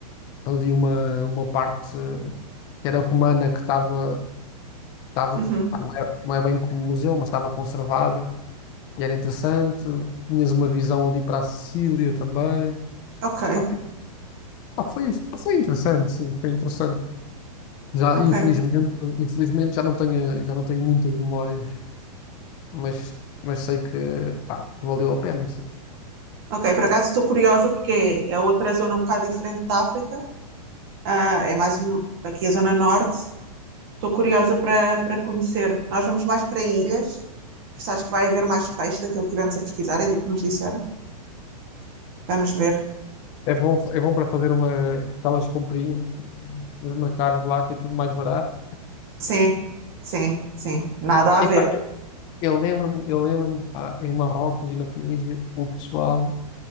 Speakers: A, on the left; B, on the right.
A: ali uma, uma parte eh, que era romana, que estava, estava,
B: Uhum,
A: pá, não é, não é bem como museu, mas estava conservada e era interessante. Tinhas uma visão ali para a Sicília também.
B: Ok,
A: Pá, fi- pá, foi, foi interessante, sim, foi interessante. Já,
B: ok.
A: infelizmente, infelizmente já não tenho, já não tenho muitas memórias, mas, mas sei que, pá, valeu a pena, sim.
B: Ok, por acaso estou curiosa porque é outra zona um bocado diferente da África. Ah, é mais no- aqui a zona norte. Estou curiosa para para conhecer. Nós vamos mais para ilhas, porque acho que vai haver mais peixe daquilo que tivemos a pesquisar e do que nos disseram. Vamos ver.
A: É bom, é bom para fazer uma, aquelas comprinhas nos mercados lá, que é tudo mais barato.
B: Sim, sim, sim. Nada a
A: Epá,
B: ver.
A: Eu lembro-me, eu lembro-me, pá, em Marrocos e na Tunísia, o pessoal,